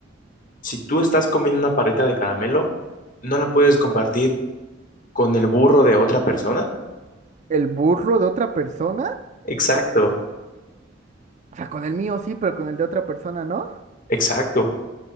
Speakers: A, on the left (about 45°); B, on the right (about 40°).
A: si tú estás comiendo una parrita de caramelo, no la puedes compartir con el burro de otra persona.
B: El burro de otra persona,
A: Exacto,
B: o sea, con el mío sí, pero con el de otra persona, ¿no?
A: exacto.